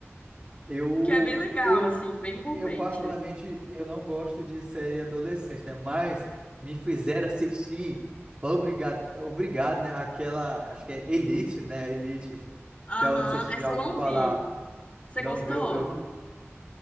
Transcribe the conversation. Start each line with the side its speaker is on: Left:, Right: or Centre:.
Right: Eu,
Left: Que é bem legal,
Right: eu
Left: assim, bem envolvente.
Right: Eu, particularmente, eu não gosto de série adolescente, né? Mas me fizeram assistir, obrigado, obrigado, né? Aquela, acho que é Elite, né? Elite.
Left: Aham,
Right: Já, não sei se você
Left: essa
Right: já ouviu
Left: eu não
Right: falar,
Left: vi. Você
Right: não
Left: gostou?
Right: viu? Eu, fi-